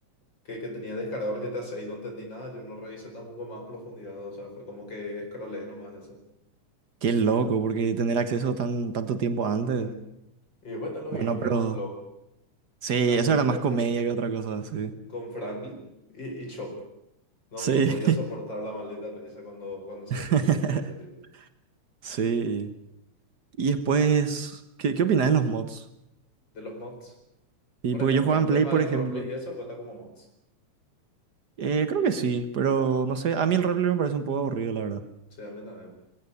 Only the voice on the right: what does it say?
Qué loco, porque tener acceso tan, tanto tiempo antes.
Bueno,
pero Sí,
eso era
más comedia que otra cosa, sí.
Sí.
<laughs>
Sí. Y después,
¿qué, qué opinas de los mods?
Y
porque
yo jugaba
en Play,
por
ejemplo.
Eh, creo que sí, pero no sé, a mí el roleplay me parece un poco aburrido, la verdad.